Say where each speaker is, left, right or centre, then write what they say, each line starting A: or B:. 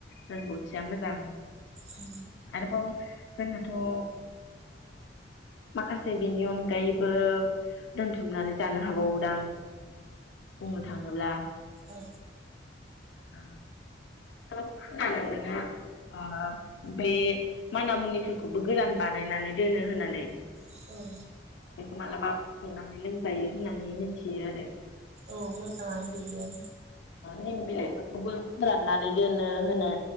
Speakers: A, on the left (about 65°); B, on the right (about 35°).
A: रोंगौथिया मोजां
B: औ
A: आरोबाव जोंहाथ' ओ माखासे बिनि अनगायैबो दोनथुमनानै जानो हाबावोदां बुंनो थाङोब्ला
B: औ
A: <inaudible> औ खोनानो मोनो ओ बे माना मुनिफोरखौबो गोरान बानायनानै दोनो होननानै
B: औ औ
A: बेखौ मालाबा फुदुंनानै लोंजायो होननानै मिथियो आरो
B: औ‌ मोजाङानो बिबो
A: निम बिलाइफोरखौबो फोराननानै दोनो होनो